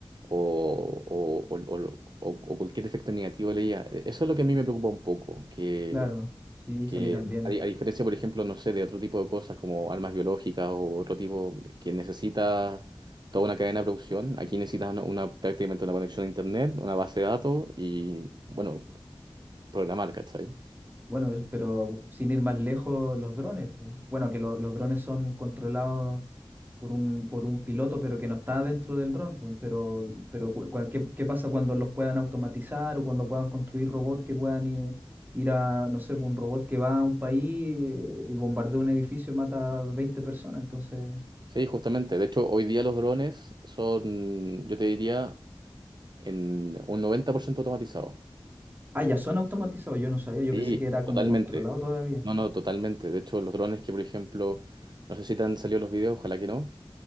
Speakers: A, on the right; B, on the right.
A: o, o- o- o- o- o cualquier efecto negativo de la Eso es lo que a mí me preocupa un poco, que,
B: Claro,
A: Mm.
B: sí,
A: que
B: sí, a mí también.
A: a, di- a diferencia, por ejemplo, no sé, de otro tipo de cosas como armas biológicas o otro tipo que necesita toda una cadena de producción, aquí necesitas una, una- prácticamente una conexión a internet, una base de datos y, bueno, programar, ¿cachai?
B: Bueno, es- pero sin ir más lejos, los drones. pu. Bueno, que lo- los drones son controlados por un, por un piloto, pero que no está dentro del dron. pu. Pero, pero cu- cua- ¿qué, qué pasa cuando los puedan automatizar o cuando puedan construir robots que puedan ir, ir a, no sé, pu, un robot que va a un país eh, y bombardea un edificio y mata a 20 personas? Entonces,
A: Sí, justamente. De hecho, hoy día los drones son, yo te diría, en un 90% automatizados.
B: ah, ya son automatizados, yo no sabía, yo
A: Sí,
B: pensé que era como
A: totalmente.
B: controlado todavía.
A: No, no, totalmente. De hecho, los drones que, por ejemplo, no sé si te han salido los videos, ojalá que no,